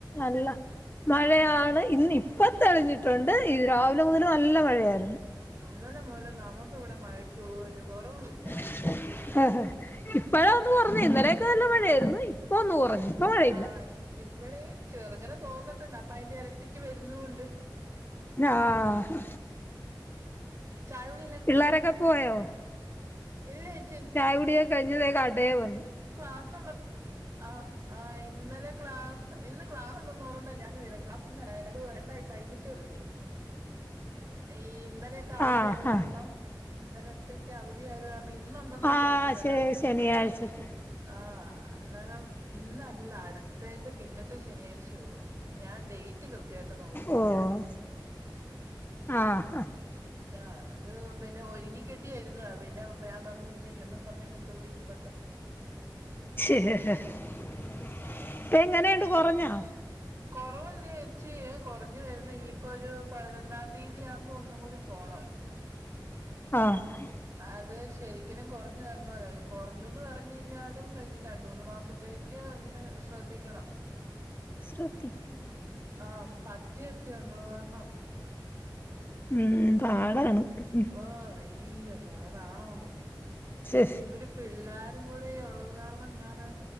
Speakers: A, on the left; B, on the right.
A: അല്ല മഴയാണ് ഇന്ന് ഇപ്പോ തെളിഞ്ഞി തൊണ്ട് ഈ രാവിലെ മുതല് നല്ല മഴയായിരുന്നു
B: ഇന്നലെ മൂതല് നമുക്ക് ഇവിടെ മഴക്ക് ഒരു കുറവും മില്ല
A: <unintelligible> ഇപ്പളന്നു കുറഞ്ഞ് ഇന്നലെയൊക്കെ നല്ല മഴയായിരുന്നു ഇപ്പൊ ഒന്നും കുറഞ്ഞു ഇപ്പ മഴയില്ല
B: ആഹ് ഇവിടെയും ചെറ്ങ്ങനെ തോർന്നിട്ടുണ്ട് അപ്പൊ അയിന്റെ ഇരട്ടിക്ക് വരുന്നുണ്ട്
A: <unintelligible>
B: ചായ കുടി
A: പിള്ളേരൊക്കെ പോയോ
B: ഇല്ലേ ചോച്ചി
A: ചായ കുടി കഴിഞ് ഇതേ കടേ പോവുന്നു
B: ക്ലാസ്സ് ഉണ്ട് ആഹ് ആഹ് ഇന്നലെ ക്ലാസ് ഇന്ന് ക്ലാസ് ഉണ്ടെന്ന് പറഞ്ഞോണ്ടാ ഞാൻ വര ക്ലാസ് ഇന്നല്ല രണ്ടാഴ്ച കഴിഞ്ഞിട്ടേ ഒള്ളു ഇനി ഏയ് ഇന്നലെ അവധിയായത്
A: ആഹ്
B: കാരണം
A: ആഹ്
B: ഇന്നലത്തക്ക് അവധിയായത് കാരണം ഇന്നുണ്ടന്ന് വിചാരിച്ചോണ്ടിരുന്നെ
A: ആഹ് ശ
B: അപ്പം
A: ശനിയാഴ്ചത്തെ
B: ആഹ് അന്നേരം ഇന്നല്ല അടുത്തേന്റെ പിന്നത്തെ ശനിയാഴ്ചയേ ഒള്ളു ഞാൻ ഡേറ്റ് കൃത്യമായിട്ട് നോക്കിയില്ല
A: ഓഹ് ആഹ്
B: ആഹ് അതൊണ്ട് പിന്നെ ആഹ് ഒരുങ്ങിക്കെട്ടിയിരുന്നതാ പിന്നെ ഞാൻ പറഞ്ഞു ഇന്ന് ഇല്ലെന്നും പറഞ്ഞോണ്ട് ഇപ്പം ഇവിടെ ഇരിപ്പുണ്ട് <inaudible>
A: ഇപ്പം എങ്ങനെയുണ്ട് കുറഞ്ഞോ
B: കുറവുണ്ട് ചേച്ചി കുറഞ്ഞു വരുന്ന് ഇനിയിപ്പം ഒരു പതിനൊന്നാം തീയതി ആവുമ്പോ ഒന്നും കൂടി പോണം
A: ആഹ്
B: അത് ശരിക്കലും കുറഞ്ഞു വരണമല്ലോ കുറഞ്ഞൂന്ന് പറഞ്ഞ് കഴിഞ്ഞാലും ഒരു രണ്ട് മൂന്ന് മാസത്തേ ക്ക് അങ്ങനെ ശ്രദ്ധിക്കണം
A: ശ്രദ്ധിക്കണം
B: ആഹ് പദ്യം ഒക്കെ ഉള്ളത് കാരണം
A: ഉം പാടാണ് ഉം
B: ഓ ഇയ്യോ പാടാണോന്നോ
A: ശ്
B: പിന്നെ ഇവര് പിള്ളാരും കൂടെ ഉള്ളത് കാരണം ഞാന്